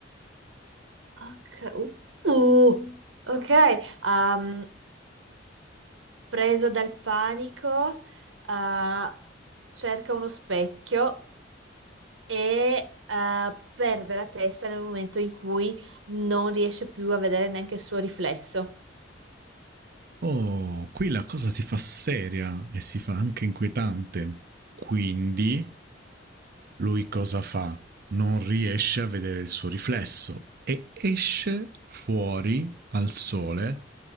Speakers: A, on the right; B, on the right.
A: Ok. Uh. Uh, ok, um, preso dal panico, uh, cerca uno specchio e eh, perde la testa nel momento in cui non riesce più a vedere neanche il suo riflesso.
B: Oh, qui la cosa si fa seria e si fa anche inquietante. Quindi lui cosa fa? Non riesce a vedere il suo riflesso e esce fuori al sole